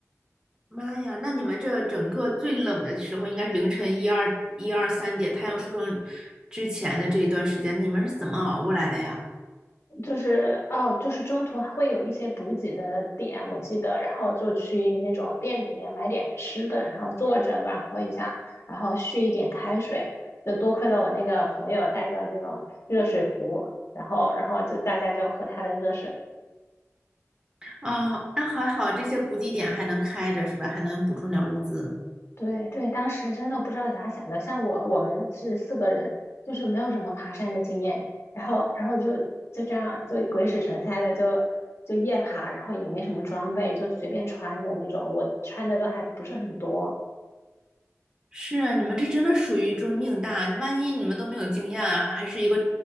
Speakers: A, on the right; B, on the left.
A: 妈呀，那你们这整个最冷的时候应该是凌晨一二一二三点，太阳出生之前的这一段时间，那你们是怎么熬过来的呀？
B: 就是哦，就是中途还会有一些补给的点，我记得，然后就去那种店里面买点吃的，然后坐着暖和一下，然后续一点开水。就多亏了我那个朋友带个那种热水壶，然后然后就大家就喝他的热水。
A: 啊、那还好，这些补给点还能开着是吧？还能补充点物资。
B: 对对，当时真的不知道咋想的。像我，我们是四个人，就是没有什么爬山的经验，然后，然后就就这样，就鬼使神差的就就夜爬，然后也没什么装备，就随便穿的那种。我穿的都还不是很多，
A: 是啊，你们这真的属于就是命大，万一你们都没有经验啊，还是一个